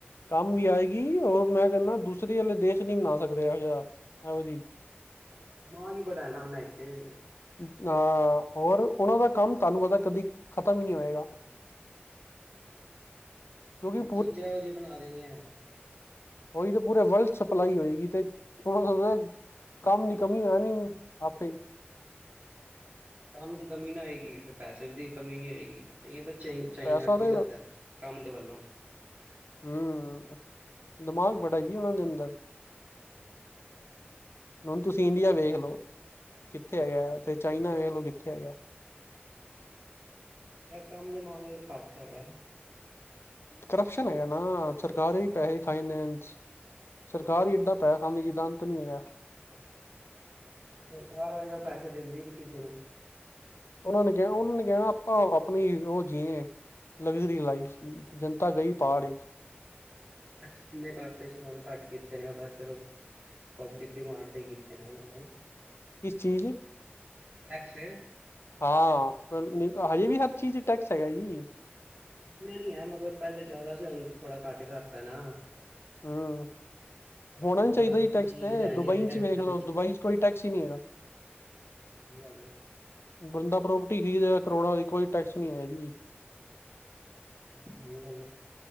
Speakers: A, on the left; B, on the right.
A: ਕੰਮ ਵੀ ਆਏਗੀ ਰ ਮੈਂ ਕਹਿੰਦਾ ਦੂਸਰੇ ਵਾਲੇ ਦੇਸ਼ ਨਹੀਂ ਮਨਾ ਸਕਦੇ ਇਹ ਯਾਰ ਇਹੋ ਜਹੀ
B: <inaudible>
A: ਅਹ ਹੋਰ ਉਹਨਾਂ ਦਾ ਕੰਮ ਤੁਹਾਨੂੰ ਪਤਾ ਕਦੀ ਖਤਮ ਹੀ ਨਹੀਂ ਹੋਏਗਾ ਕਿਉਂਕਿ
B: ਹ ਚੀਜ਼ਾਂ ਉਹ ਜਹੀ ਬਣਾ ਦੇਣੀ ਹੈ
A: ਉਹੀ ਤਾਂ ਪੂਰੇ ਵਰਲਡ ਸਪਲਾਈ ਹੋਏਗੀ ਤੇ ਹਣ ਕੰਮ ਦੀ ਕਮੀ ਆਣੀ ਆਪੇ
B: ਕੰਮ ਦੀ ਕਮੀ ਨਾ ਆਏਗੀ ਫਿਰ ਪੈਸੇ ਦੀ ਕਮੀ ਨਹੀਂ ਆਏਗੀ ਕ ਤਾਂ ਚਨ ਚਾਈਨ
A: ਪੈਸਾ
B: ਅੱਗ
A: ਤੇ
B: ਹੀ ਚੱਲਦਾ ਕੰਮ ਦੇ ਵੱਲੋਂ
A: ਹਮ ਦਿਮਾਗ ਬੜਾ ਹੀ ਉਹਨਾਂ ਦੇ ਅੰਦਰ
B: ਹ
A: ਹੁਣ ਤੁਸੀਂ ਇੰਡੀਆ ਵੇਖ ਲਓ ਕਿੱਥੇ ਹੈਗਾ ਆ ਤੇ ਚਾਈਨਾ ਵੇਖ ਲਓ ਕਿੱਥੇ ਹੈਗਾ
B: ਕੰਮ ਦੇ ਮਾਮਲੇ ਚ ਘੱਟ ਹੈਗਾ
A: ਕਰਪਸ਼ਨ ਹੈਗਾ ਨਾ ਸਰਕਾਰੀ ਪੈਸੇ ਫਾਈਨਸ ਸਰਕਾਰ ਹੀ ਏਡਾ ਪੈ ਖਾਨੀ ਜੀਦਾਂ ਅੰਤ ਨਹੀਂ ਹੈਗਾ
B: ਫਿਰ ਬਰ ਅਜ ਕੱਲ ਪੈਸੇ ਦਿੰਦੀ ਨੀ ਕਿਸੇ ਨੂੰ
A: ਉਹਨਾਂ ਨੇ ਕਿਹਾ ਉਹਨਾਂ ਨੇ ਕਹਿਣਾ ਆਪਾਂ ਆਪਣੀ ਉਹ ਜੀਏ ਲਗਜ਼ਰੀ ਲਾਈਫ ਜਨਤਾ ਗਈ ਪਹਾੜ
B: ਟੈਕਸ ਇੰਨੇ ਕਰਤੇ ਸੀ ਉਹਨੇ ਘੱਟ ਕੀਤੇ ਨੇ ਉਹਦਾ ਚਲੋ ਪਬਲਿਕ ਡਡੀਮਾਰਡਦਾ ਕਿਤੇ ਨੇ ਉਹਨਾਂ ਨੇ
A: ਕਿਸ ਚੀਜ਼
B: ਕਸ
A: ਹਾਂ ਹਜੇ ਵੀ ਹਰ ਚੀਜ਼ ਟੈਕਸ ਹੈਗਾ ਜੀ
B: ਇਹਨਾ ਨੀ ਹੈ ਮਤਲਬ ਪਹਿਲੇ ਜ਼ਿਆਦਾ ਸੀ ਥੋੜਾ ਘੱਟ ਕਰਤਾ ਨਾ
A: ਹਾਂ। ਹੋਣਾ
B: ਨਹੀਂ
A: ਨੀ
B: ਪਤਾ
A: ਚਾਹੀਦਾ
B: ਲੋਕੀ
A: ਜੀ ਟੈਕਸ
B: ਚੀਜ਼
A: ਤੇ
B: ਲੈ ਨੀ
A: ਦੁਬਈ
B: ਰਹੇ
A: ਚ
B: ਟੈਕਸ
A: ਵੇਖ
B: ਦੇ
A: ਲਓ ਦੁਬਈ ਚ ਕੋਈ ਟੈਕਸ ਹੀ ਨਹੀਂ ਹੈਗਾ।
B: ਸਗੀ ਗੱਲ ਏ।
A: ਬੰਦਾ ਪ੍ਰੋਪਰਟੀ ਖਰੀਦ ਰਿਹਾ ਕਰੋੜਾਂ ਦੀ ਕੋਈ ਟੈਕਸ ਨਹੀਂ ਹੈ ਜੀ।
B: ਸਹੀ ਗੱਲ ਆ।